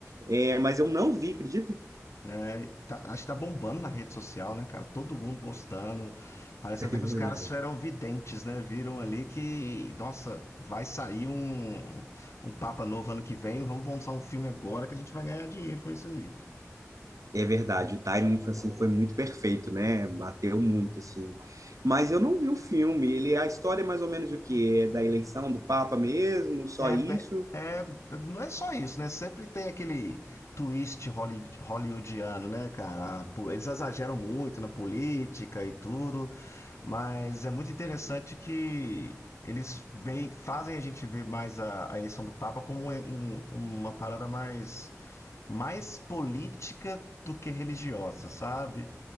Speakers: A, on the right; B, on the left.
A: É, mas eu não vi, acredita?
B: É, tá- acho que tá bombando na rede social, né, cara? Todo mundo postando. Parece
A: <laughs>
B: até
A: É
B: que os caras
A: verdade.
B: eram videntes, né? Viram ali que, nossa, vai sair um, um Papa novo ano que vem. Vamos lançar um filme agora que a gente vai ganhar dinheiro com isso aí.
A: É verdade, o timing foi, assim, foi muito perfeito, né? Bateu muito, assim. Mas eu não vi o filme. Ele, a história é mais ou menos o quê? É da eleição do Papa mesmo? Só
B: É,
A: isso?
B: be- é, não é só isso, né? Sempre tem aquele twist holly- hollywoodiano, né, cara? A po- Eles exageram muito na política e tudo, mas é muito interessante que eles veem, fazem a gente ver mais a, a eleição do Papa como um- um- uma parada mais mais política do que religiosa, sabe?